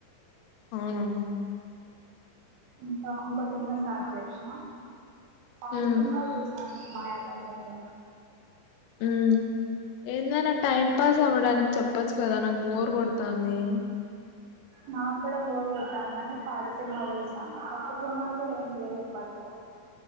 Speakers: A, on the left (about 85°); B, on the right (about 80°).
A: అవునా
B: ఇంకా ఇంకో సినిమా స్టార్ట్ చేసిన
A: ఉమ్
B: పాది సినిమాలు చూసాను మాయా బజార్
A: ఉ ఏందో అయినా టైం పాస్ అవ చడానికి చెప్పచ్చు కదా నాకు బోర్ కొడతాంది
B: నాకు కూడా బోరు కొట్టందని పాత సినిమాలు చూసాను పాత్త సినిమాలు కూడా ఏం లేవు ఇప్పట్లో